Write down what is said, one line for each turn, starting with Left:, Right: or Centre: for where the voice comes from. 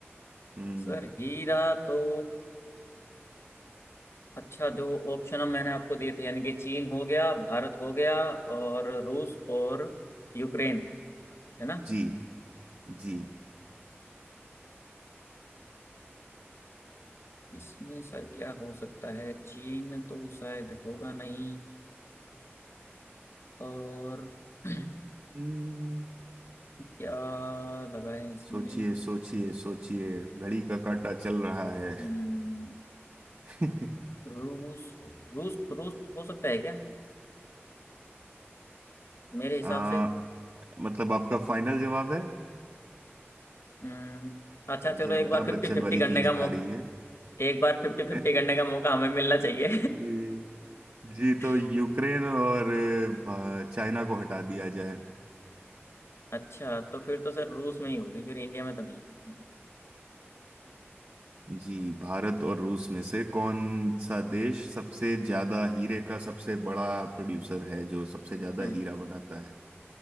Right: हम्म
Left: सर हीरा तो अच्छा जो ऑप्शन मैंने आपको दिए थे यानी कि चीन हो गया भारत हो गया और रूस और यूक्रेन है ना
Right: जी जी
Left: इसमें सर क्या हो सकता है चीन तो शायद होगा नहीं और <clears throat>
Right: हम्म
Left: क्या लगाए इसमें
Right: सोचिए सोचिए सोचिए घड़ी का काटा चल रहा है
Left: हम्म,
Right: <laughs>
Left: रूस रूस रूस हो सकता है क्या मेरे हिसाब
Right: आ,
Left: से
Right: मतलब आपका फाइनल जवाब है
Left: हम्म, अच्छा
Right: मुझे
Left: चलो
Right: अमिताभ
Left: एक बार फिफ्टी
Right: बच्चन
Left: फिफ्टी
Right: वाली
Left: करने
Right: फीलिंग
Left: का
Right: आ रही है
Left: एक बार फिफ्टी फिफ्टी
Right: <laughs>
Left: करने का मौका हमें मिलना चाहिए
Right: जी जी तो यूक्रेन
Left: <laughs>
Right: और भा- चाइना को हटा दिया जाए
Left: अच्छा तो फिर तो सर रूस में ही होगी फिर इंडिया में तो नहीं है क्योंकि
Right: जी भारत और रूस में से कौन सा देश सबसे ज्यादा हीरे का सबसे बड़ा प्रोड्यूसर है जो सबसे ज्यादा
Left: हम्म
Right: हीरा बनाता है